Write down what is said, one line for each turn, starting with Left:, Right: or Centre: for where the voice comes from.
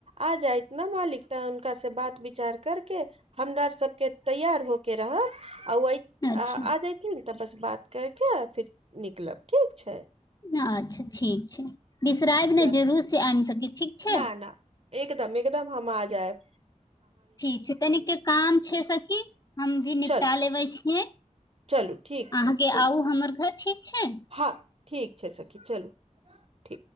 Right: आ जाइत ना मालिक तऽ उनका सँ बात विचार करके हमरा सब के तैयार हो के रहब आ ओय
Left: अच्छा
Right: आ जय <unintelligible> बस बात करिके फिर निकलब ठीक छै
Left: अच्छा ठीक छै बिसरायब
Right: चल
Left: नइ जरूर से आइब सखी ठीक छै
Right: न न एकदम एकदम हम आ जाएब
Left: ठीक छै तनिके काम छै सखी हम भी
Right: चलू
Left: निपटा लेबे छियै
Right: चलू ठीक छै
Left: अहाँके
Right: ठीक
Left: आउ हमर घर ठीक छै
Right: हँ ठीक छै सखी चलू ठीक